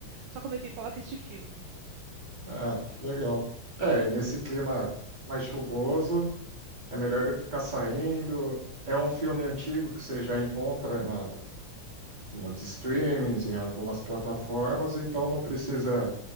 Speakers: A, on the right (about 65°); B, on the right (about 20°).
A: Só comer pipoca e assistir filme.
B: Ah, que legal. É, e nesse clima mais chuvoso, é melhor do que ficar saindo. É um filme antigo que você já encontra na, nos streamings, em algumas plataformas, então não precisa